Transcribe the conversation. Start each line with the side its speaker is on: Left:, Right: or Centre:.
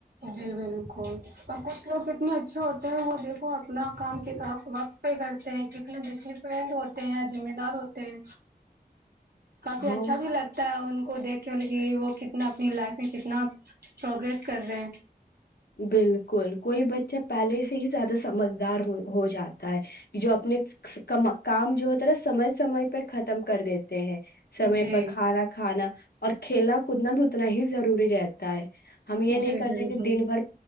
Right: جی بالکل اور کچھ لوگ کتنے اچھے ہوتے ہیں وہ دیکھو اپنا کام کنا وقت پہ کرتے ہیں کتنے ڈسپلن ہوتے ہیں ذمہ دار ہوتے ہیں کافی
Left: ہاں
Right: اچھا بھی لگتا ہے ان کو دیکھے کہ وہ کتنا اپنی لائف میں کتنا پروگریس کر رہے ہیں
Left: بالکل کوئی بچہ پہلے سے ہی زیادہ سمجھدار ہو جاتا ہے جو اپنے کام جو ہوتا ہے نا سمے سمے پہ ختم کر دیتے ہیں سمے
Right: جی
Left: پر کھانا کھانا اور کھیلنا کودنا بھی اتنا ہی ضروری رہتا ہے ہم یہ نہیں
Right: جی
Left: کرتے
Right: بالکل
Left: کہ دن بھر